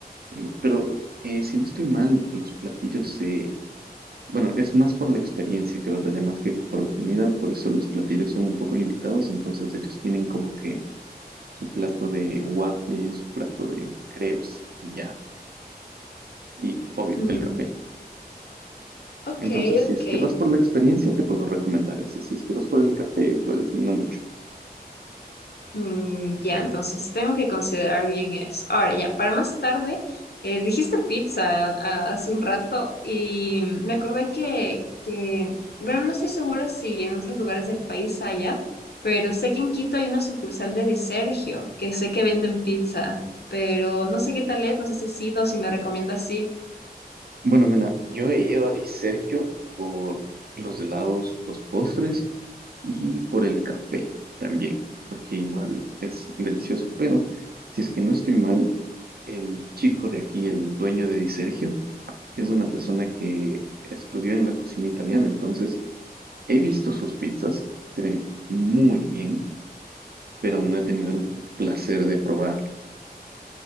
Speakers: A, on the right; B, on the left.
A: eh, pero eh, si no estoy mal, los platillos se... Bueno, es más por la experiencia que vas allá más que por la comida, por eso los platillos son un poco limitados, entonces ellos tienen como que su plato de waffle, su plato de crepes y ya, y obvio,
B: Mm,
A: el café.
B: Ok,
A: Entonces, si
B: ok.
A: es que vas por la experiencia, te puedo recomendar ese, si es que vas por el café, pues no mucho.
B: Mm, ya, entonces tengo que considerar bien eso. Ahora, ya, para más tarde, eh, dijiste pizza a- a- hace un rato y me acordé que, que, bueno, no estoy segura si en otros lugares del país haya, pero sé que en Quito hay una sucursal de Di Sergio, que sé que venden pizza, pero no sé qué tal es, no sé si has ido, si me recomienda así.
A: Bueno, mira, yo he ido a Di Sergio por los helados, los postres y por el café también, porque igual es delicioso, pero si es que no estoy mal, el chico de aquí, el dueño de Di Sergio, es una persona que estudió en la cocina italiana, entonces he visto sus pizzas, se ven muy bien, pero no he tenido el placer de probarlas.